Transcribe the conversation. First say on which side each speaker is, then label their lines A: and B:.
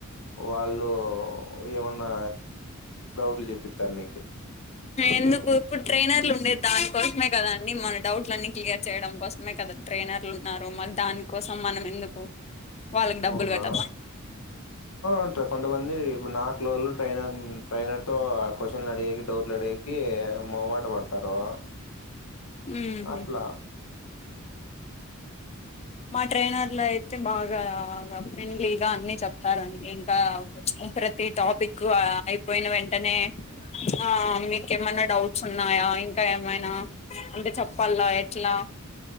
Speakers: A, on the left; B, on the left.
A: వాళ్ళు ఏమన్నా డౌట్లు చెపిస్తారు నీకే
B: ఎందుకు ఇప్పుడు ట్రైనర్లు ఉండే దానికోసమే కదండి మన డౌట్లు అన్ని కలియర్ చేయడం కోసం కదా ట్రైనర్లు ఉన్నారు మళ్ళీ దానికోసం మనం ఎందుకు వాళ్ళకి డబ్బులు
A: అవునా
B: కట్టాల
A: అంట కొంతమంది ఇప్పుడు నట్లోళ్ళు ట్రైైన ట్రైైనర్ తో క్వశ్చన్ అడిగేకి డౌట్లు అడిగేకి మొహమాట పడతారు
B: ఉహు
A: అట్లా
B: మా ట్రైనర్లు అయితే బాగా ఫ్రెండ్లీగా అన్ని చెప్తారండి ఇంకా ప్ర ప్రతి టాపిక్ అయిపోయిన వెంటనే ఆ మీకు ఏమైన్నా డౌట్స్ ఉన్నాయా ఇంకా ఏమైనా అంటే చెప్పాల ఎట్లా